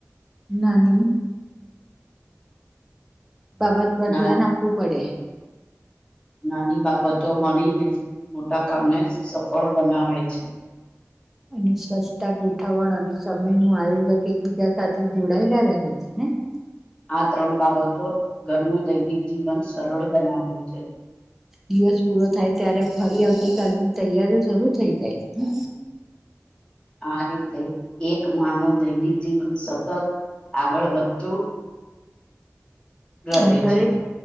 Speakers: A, in the centre; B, on the left (about 20°).
A: નાની બાબત પર
B: ના
A: ધ્યાન આપવું પડે
B: નાની બાબતો મળીને મોટા કામને સફળ બનાવે છે.
A: અને સ્વચ્છતા ગોઠવણ અને સમયનું આયોજક એકબીજા સાથે જોડાયેલા રહે છે, ને <inaudible>
B: આ ત્રણ બાબતો ઘરનું દૈનિક જીવન સરળ બનાવે છે.
A: દિવસ પૂરો થાય ત્યારે ફરી આવતી કાલની તૈયારીઓ શરૂ થઈ જાય છે, ને
B: આ રીતે એક માનવ દૈનિક જીવન સતત આગળ વધતું રહે
A: અને દરેક
B: છે